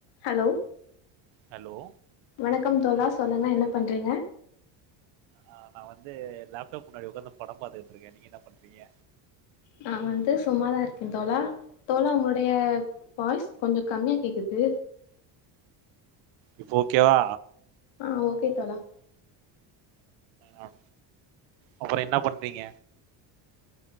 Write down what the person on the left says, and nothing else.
hello
வணக்கம் தோழா சொல்லுங்க என்ன பண்றீங்க
நா வந்து சும்மாதா இருக்கே தோழா தோழா உங்களுடைய வாய்ஸ் கொஞ்சோ கம்மியா கேக்குது
ஆ ஓகே தோழா